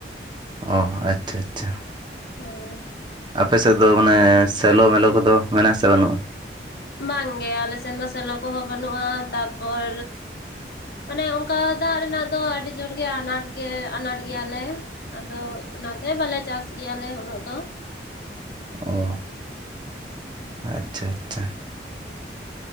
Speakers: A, on the right; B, on the left.
A: ᱚ ᱟᱪᱪᱷᱟ ᱟᱪᱪᱷᱟ᱾
B: ᱦᱳᱭ᱾
A: ᱟᱯᱮ ᱥᱮᱫ ᱫᱚ ᱢᱟᱱᱮ ᱥᱮᱞᱳ ᱢᱮᱞᱳ ᱠᱚᱫᱚ ᱢᱮᱱᱟᱜᱼᱟ ᱥᱮ ᱵᱟᱹᱱᱩᱜᱼᱟ?
B: ᱵᱟᱝᱜᱮ ᱟᱞᱮ ᱥᱮᱱ ᱫᱚ ᱥᱮᱞᱚ ᱠᱚᱦᱚᱸ ᱵᱟᱹᱱᱩᱜᱼᱟ ᱛᱟᱯᱚᱨ ᱢᱟᱱᱮ ᱚᱱᱠᱟ ᱫᱟᱜ ᱨᱮᱱᱟᱜ ᱫᱚ ᱟᱹᱰᱤ ᱡᱳᱨ ᱜᱮ ᱟᱱᱟᱴ ᱜᱮ ᱟᱱᱟᱴ ᱜᱮᱭᱟᱞᱮ᱾ ᱟᱫᱚ ᱚᱱᱟᱛᱮ ᱵᱟᱞᱮ ᱪᱟᱥ ᱜᱮᱭᱟᱞᱮ ᱩᱱᱟᱹᱜ ᱫᱚ᱾
A: ᱚ ᱟᱪᱪᱷᱟ ᱟᱪᱪᱷᱟ᱾